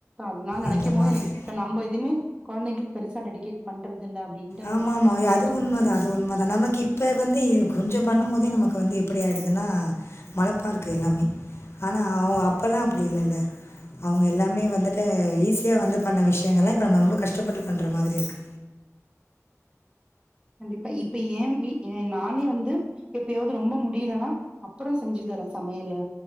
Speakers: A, on the right; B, on the left.
A: அதெல்லா நெனைக்கும்
B: அந்த
A: போது
B: மாதிரி
A: எனக்கு இப்ப நம்ப எதுமே கொழந்தைங்களுக்கு பெருசா டெடிகேட் பண்றது இல்ல அப்டின்ட்டு
B: ஆமா ஆமா
A: எனக்கு
B: அது
A: ரொம்ப
B: உண்மைதா
A: ஃபீல் பண்ற
B: அது உண்மைதா நமக்கு இப்ப வந்து கொஞ்சம் பண்ணும் போதே நமக்கு வந்து எப்படி ஆயிடுது னா மலப்பாருக்கு எல்லாமே ஆனா அவுங்க அப்பல்லா அப்பிடி இல்லல்ல அவுங்க எல்லாமே வந்துட்டு ஈஸியா வந்து பண்ண விஷயங்கள்லா இப்போ நம்ம ரொம்ப கஷ்டப்பட்டு பண்ற மாதிரி இருக்கு
A: கண்டிப்பா இப்ப ஏ வீ நானே வந்து எப்பயாது ரொம்ப முடியலனா அப்புற செஞ்சு தரே சமையலு